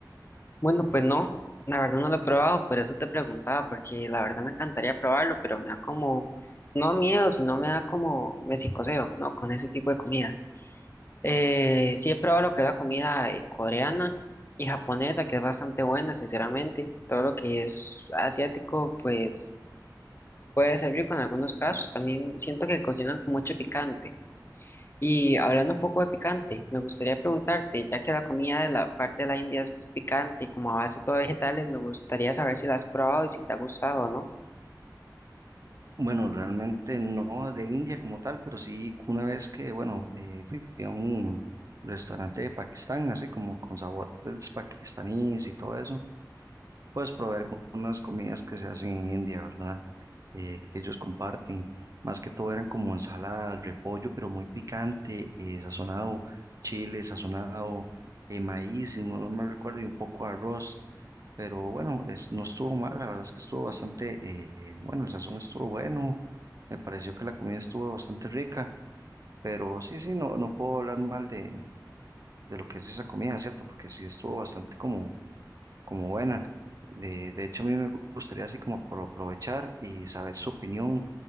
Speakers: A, on the left; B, on the right.
A: Bueno, pues no, la verdad no lo he probado, por eso te preguntaba, porque la verdad me encantaría probarlo, pero me da como, no miedo, sino me da como, me psicoseo, ¿no? Con ese tipo de comidas. Eh, sí he probado lo que es la comida eh, coreana y japonesa, que es bastante buena, sinceramente. Todo lo que es asiático, pues puede ser rico en algunos casos. También siento que cocinan con mucho picante. Y hablando un poco de picante, me gustaría preguntarte, ya que la comida de la parte de la India es picante y como a base todo vegetales, me gustaría saber si la has probado y si te ha gustado o no.
B: Bueno, realmente no de India como tal, pero sí una vez que, bueno, eh, fui a un restaurante de Pakistán, así como con sabores pakistaníes y todo eso, pues probé algunas comidas que se hacen en India, ¿verdad? eh, que ellos comparten. Más que todo eran como ensaladas, repollo, pero muy picante, eh, sazonado, chile, sazonado, eh, maíz, si no, no me recuerdo, y un poco de arroz. Pero bueno, es, no estuvo mal, la verdad es que estuvo bastante, eh, bueno, el sazón estuvo bueno, me pareció que la comida estuvo bastante rica, pero sí, sí, no, no puedo hablar mal de, de lo que es esa comida, ¿cierto? Porque sí estuvo bastante como como buena. De, de hecho, a mí me gu- gustaría así como por aprovechar y saber su opinión